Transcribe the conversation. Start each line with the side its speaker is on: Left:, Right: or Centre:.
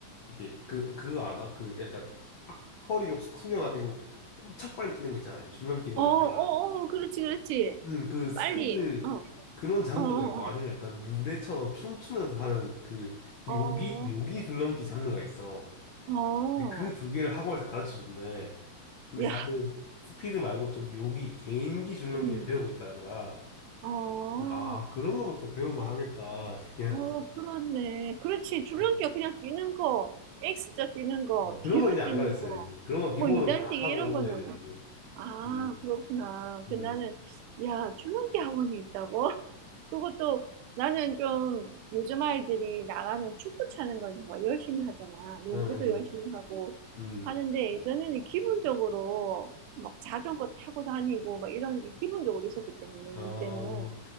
Left: 이게 그 그거 아나? 그 약간 확 허리를 확 숙여가지고 엄청 빨리 뛰는 거 있잖아. 이게 줄넘기도
Right: 어, 어,
Left: 이렇게
Right: 어, 그렇지, 그렇지.
Left: 음 그 스피드
Right: 빨리. 어,
Left: 그런 장르가
Right: 어, 어,
Left: 있고 아니면 약간 무대처럼 춤추면서 하는 그 묘기
Right: 어,
Left: 묘기 줄넘기 장르가 있어.
Right: 어, 어.
Left: 근데 그 두 개를 학원에서 가르쳐 준대. 근데
Right: 야,
Left: 자기는 스피드 말고 좀 묘기 개인기 줄넘기를
Right: 음.
Left: 배우고 있다는 거야.
Right: 어,
Left: 그래서 아 그런 거면 또 배울만 하겠다 싶긴 했었어.
Right: 어, 그렇네. 그렇지. 줄넘기가
Left: 음.
Right: 그냥 뛰는 거, X자 뛰는 거,
Left: 어, 그런
Right: 뒤로
Left: 거 이제 안
Right: 뛰는
Left: 가르쳐야지.
Right: 거,
Left: 그런 거 기본으로
Right: 뭐 이단뛰기
Left: 다 하고
Right: 이런
Left: 오는
Right: 거는.
Left: 애들이고.
Right: 아,
Left: 음,
Right: 그렇구나.
Left: 음.
Right: 그 나는, 야, 줄넘기 학원이 있다고? 그것도 나는 좀 요즘 아이들이 나가면 축구 차는 걸 정말 열심히 하잖아. 농구도
Left: 응, 응,
Right: 열심히 하고
Left: 응.
Right: 하는데 예전에는 기본적으로 막 자전거 타고 다니고 막 이런 게 기본적으로 있었기 때문에 우리
Left: 아,
Right: 때는